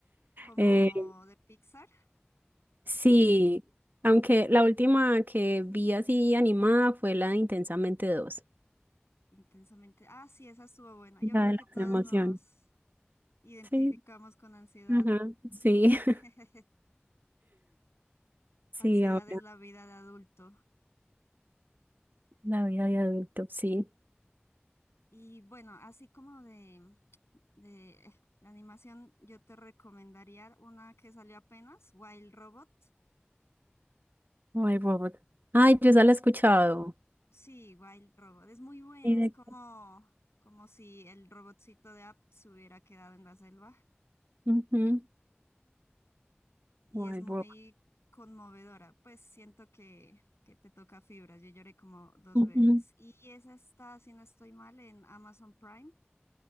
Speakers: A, on the left; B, on the right.
A: Como
B: Eh,
A: de Pixar,
B: Sí, aunque la última que vi así animada fue la de Intensamente dos,
A: intensamente. Ah, sí, esa estuvo buena.
B: La
A: Yo creo
B: de
A: que todos
B: la emoción.
A: nos Identificamos
B: Sí,
A: con ansiedad.
B: ajá, sí,
A: <laughs>
B: <laughs> sí,
A: Ansiedad
B: ahora
A: es la vida de adulto.
B: la vida de adulto, sí.
A: Y bueno, así como de, de, eh, de animación, yo te recomendaría una que salió apenas, Wild Robot.
B: Wild Robot. Ay, yo ya la he escuchado.
A: Sí, Wild Robot. Es muy buena.
B: Directo.
A: Es como, como si el robotcito de App se hubiera quedado en la selva.
B: Ujú,
A: Y
B: Wild
A: es muy
B: Robot.
A: conmovedora. Pues siento que, que te toca fibras. Yo lloré como dos
B: Ujú,
A: veces. Y esa está, si no estoy mal, en Amazon Prime.